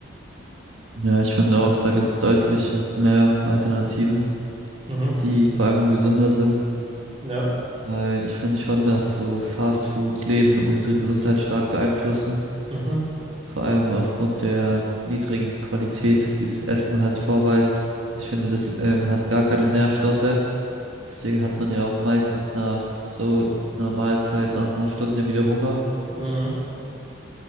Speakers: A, on the right (about 80°); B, on the right (about 30°).
A: Ja, ich finde auch, da gibt es deutlich mehr Alternativen.
B: Mhm.
A: die vor allem gesünder sind,
B: Ja.
A: weil ich finde schon, dass so Fastfood-Läden unsere Gesundheit stark beeinflussen,
B: Mhm.
A: vor allem aufgrund der niedrigen Qualität, die das Essen halt vorweist. Ich finde, das ähm, hat gar keine Nährstoffe, deswegen hat man ja auch meistens nach so einer Mahlzeit, nach einer Stunde wieder Hunger.
B: Mhm.